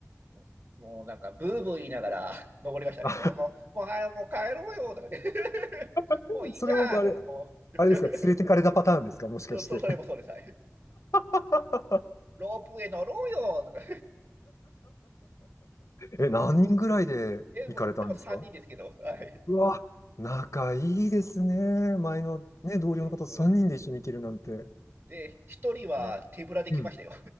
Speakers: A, on the right; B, on the left.
A: もう、もうなんか、ブーブー言いながら <laughs> 登りましたね。
B: あ
A: もう、もう、もう、はい、もう帰ろうよとかで <laughs>
B: <laughs>
A: もういいじゃんとかで、
B: それもあれ、
A: もう、<laughs> とかで
B: あれですか、連れてかれたパターンですか、
A: <laughs>
B: もしかして。
A: うんそ、それもそうです。はい。
B: <laughs>
A: ロープウェイ乗ろうよとか
B: え、何人ぐらいで行かれたんですか
A: <laughs> え、もう、でも3人ですけど、はい。
B: うわ、仲いいですね。前のね、同僚の方と3人で一緒に行けるなんて。
A: うんうんうんで、1人は手ぶらで来ましたよ。
B: ねうん。